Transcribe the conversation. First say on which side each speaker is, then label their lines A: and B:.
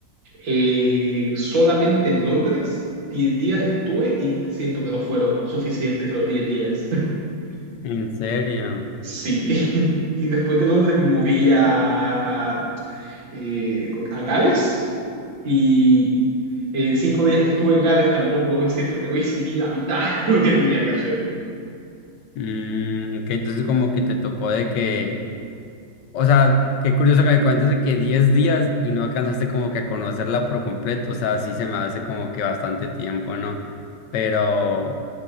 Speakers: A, on the right; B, on the left.
A: Eh, solamente en Londres, 10 días estuve y siento que no fueron suficientes los 10 días. <laughs>
B: ¿En serio?
A: Sí, <laughs> y después de Londres me moví a, eh, a Gales y eh, cinco días que estuve en Gales tampoco <laughs> siento que no hice ni la mitad <laughs> de lo que tenía que hacer.
B: Mm, ok, entonces como que te tocó de que, o sea, qué curioso que me cuentes de que 10 días y no alcanzaste como que a conocerla por completo, o sea, sí se me hace como que bastante tiempo, ¿no? Pero,